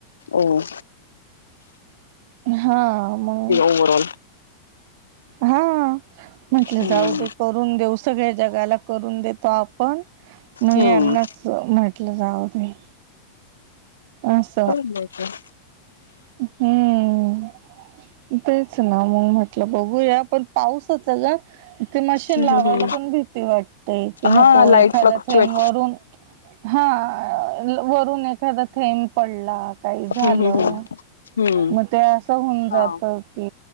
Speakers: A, on the left; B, on the right.
A: हो.
B: हा. मग-
A: ओव्हर ऑल.
B: हां. म्हटलं
A: हम्म
B: जाऊ दे करून देऊ. सगळ्या जगाला करून देतो आपण. म यान्नाच
A: हम्म.
B: म्हटलं जाऊ दे. अस.
A: लवकर.
B: हम्म. तेच ना. मग म्हटलं बघूया. पाऊसच ए ग. ते मशीन
A: हम्म
B: लावायला
A: हम्म हम्म
B: पण भीती वाटते. की नको
A: हा लाईट
B: एखादा
A: फ्लक्च्युएट
B: थेंब वरून- हां. वरून एखादा थेंब पडला काही झालं-
A: हम्म हम्म हम्म हम्म.
B: म ते असं होऊन
A: हा
B: जात की